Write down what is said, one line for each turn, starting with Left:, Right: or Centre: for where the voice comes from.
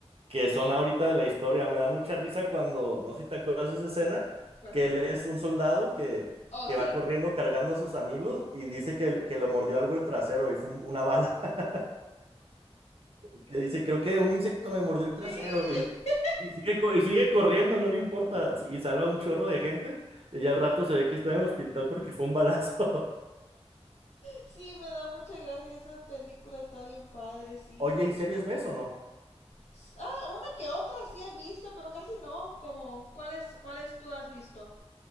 Right: que son ahorita de la historia. Me da mucha risa cuando, no sé si te acuerdas de esa escena,
Left: ¿Cuál
Right: que
Left: será?
Right: él es un soldado que,
Left: Oh,
Right: que
Left: sí.
Right: va corriendo cargando a sus amigos y dice que, el- que lo mordió algo el trasero y fue un- una bala. <laughs> Que dice, creo que un insecto me mordió el trasero
Left: Sí,
Right: y,
Left: <laughs>
Right: y sigue, co- y sigue corriendo, no le importa. Y salva un chorro de gente y al rato se ve que está en el hospital porque fue un balazo. <laughs>
Left: sí, me da mucha gracia esa película, está bien padre, sí.
Right: Oye, ¿y series ves o no?
Left: S- Ah, una que otra sí he visto, pero casi no, como, ¿cuáles, cuáles tú has visto?